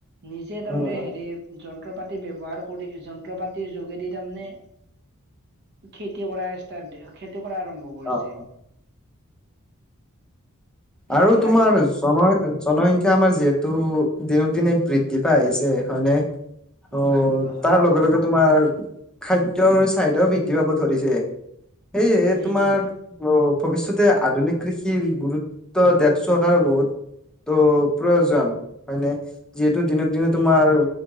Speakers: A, on the right; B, in the centre.
A: নিজে তাৰমানে
B: উম, উম,
A: হেৰি যন্ত্ৰ পাতি ব্যৱহাৰ কৰি যন্ত্ৰ পাতিৰ যোগেদি তাৰমানে। খেতি কৰা ষ্টাৰ্ট খেতি কৰা আৰম্ভ কৰিছে।
B: অ'।
A: সেইবিলাকে
B: আৰু তোমাৰ চনয়। জনসংখ্যা আমাৰ যিহেতু দিনক দিনে বৃদ্ধি পাই আহিছে হয়নে? আৰু
A: উম অ হয়
B: তাৰ লগে লগে তোমাৰ খাদ্যৰ চাহিদাও বৃদ্ধি। বৃদ্ধি পাব ধৰিছে সেয়েহে
A: উম সেইটো
B: তোমাৰ।
A: হয়
B: অ ভৱিষ্যতে আধুনিক কৃষিৰ গুৰুত্ব। ত দিয়াটো চৰকাৰৰ বহুত ত' প্ৰয়োজন হয়নে? যিহেতু দিনক দিনে তোমাৰ
A: উম সেইটো